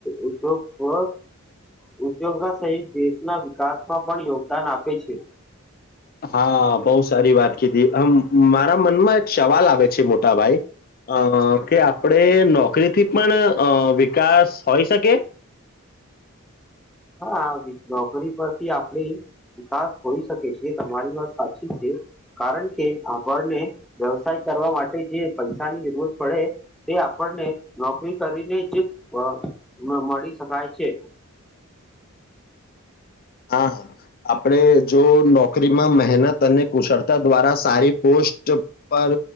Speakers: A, in the centre; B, on the left.
A: ઉદ્યોગ ઉદ્યોગા સહિત દેશના વિકાસમાં પણ યોગદાન આપે છે.
B: હા, બહુ સારી વાત કીધી મારા મનમાં એક સવાલ આવે છે મોટાભાઈ અ કે આપડે નોકરીથી પણ અ વિકાસ હોઈ શકે?
A: હા, નોકરી પરથી આપણે વિકાસ હોઈ શકે છે તમારી વાત સાચી છે કારણ કે આપણને વ્યવસાય કરવા માટે જે પૈસાની જરૂરત પડે એ આપણને નોકરી કરીને જ અ મળી શકાય છે.
B: હા, આપણે જો નોકરીમાં મહેનત અને કુશળતા દ્વારા સારી પોસ્ટ પર